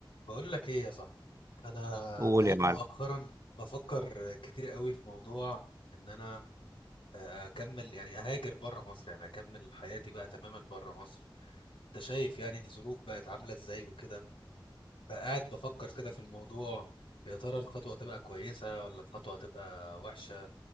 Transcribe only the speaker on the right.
قول
يا معلم